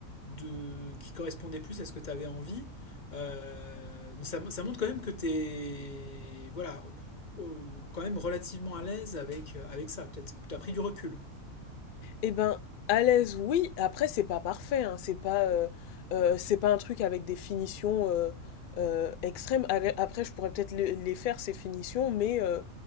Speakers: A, on the left; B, on the left.
A: de, qui correspondait plus à ce que tu avais envie. Euh, donc ça, ça montre quand même que tu es voilà, euh, quand même relativement à l'aise avec, euh, avec ça. Tu as, pris du recul.
B: Eh ben, à l'aise, oui. Après, c'est pas parfait, hein, C'est pas, euh, euh, c'est pas un truc avec des finitions euh, euh, extrêmes. Ale- Après, je pourrais peut-être les, les faire ces finitions, mais euh,